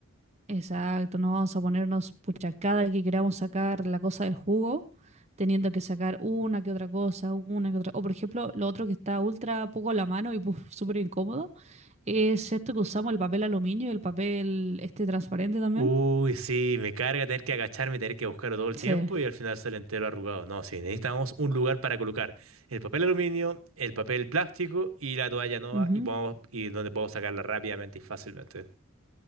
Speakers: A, on the right; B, on the right.
A: Exacto, no vamos a ponernos, pucha, cada que queramos sacar la cosa del jugo, teniendo que sacar una que otra cosa, una que otra. O, por ejemplo, lo otro que está ultra poco a la mano y puf, súper incómodo, es esto que usamos, el papel aluminio y el papel este transparente también.
B: Uy, sí, me carga tener que agacharme, tener que buscarlo todo el
A: Sí.
B: tiempo y al final sale entero arrugado. No, sí, necesitamos un lugar para colocar el papel aluminio, el papel plástico y la toalla nueva
A: Ujú.
B: y, podamos- y donde podamos sacarla rápidamente y fácilmente.